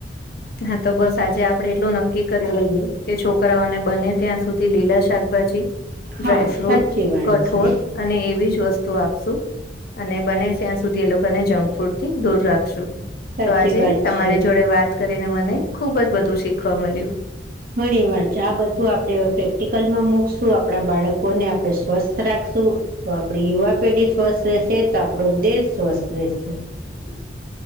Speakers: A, on the left; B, on the right.
A: હા તો બસ આજે આપડે એટલું નક્કી કરી લઈએ કે છોકરાઓને બને ત્યાં સુધી લીલા શાકભાજી.
B: હા
A: ડ્રાયફ્રૂટ
B: સાચી વાત
A: કઠોળ
B: છે
A: અને એવી જ. વસ્તુ આપશું અને બને ત્યાં સુધી એ લોકોને જંક ફૂડ થી દૂર રાખશું.
B: સાચી
A: તો આજે,
B: વાત
A: તમારી
B: છે.
A: જોડે વાત કરીને મને ખુબ જ બધું શીખવા મળ્યું.
B: ઘણી વાત છે. આ બધું આપડણે પ્રેક્ટિકલ માં મૂકશું આપણા બાળકોને આપણે સ્વસ્થ રાખશ તો આપણી યુવા પેઢી સ્વસ્થ રહેશે તો આપણો, દેશ સ્વસ્થ રહેશે. હ <unintelligible>